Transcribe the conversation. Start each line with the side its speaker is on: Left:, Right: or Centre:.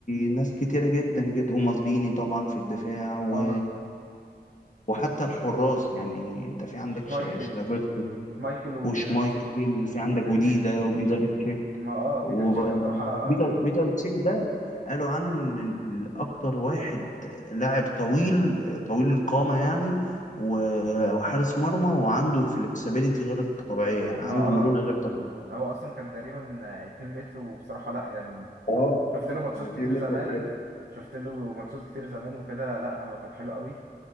Left: ناس كتيره جدا جدا ومالديني طبعا في الدفاع و...
Right: اه مالد-
Left: وحتى الحراس يعني انت في عندك ش-
Right: مايكل
Left: شلافيرتو
Right: مايكل وبيتر
Left: وشمايكل
Right: تشيك
Left: وفي عندك
Right: بيتر
Left: وديدا
Right: تشيك
Left: وبيتر تشيك
Right: ما اه بيتر
Left: وبيتر
Right: تشيك بصراحة كان
Left: بيتر تشيك ده قالوا عنه ان اكتر واحد لاعب طويل طويل القامة يعني و- وحارس مرمى وعنده فلكسبيليتي غير طبيعية يعني
Right: ما
Left: عنده
Right: اه
Left: مرونة غير طبيعية
Right: هو اصلا كان تقريبا 2 متر وبصراحة لا يعني
Left: اه
Right: شفت له ماتشات
Left: كان 2
Right: كتير
Left: متر
Right: زمان
Left: وحاجة
Right: شفت له ماتشات كتير زمان وكده لا هو كان حلو قوي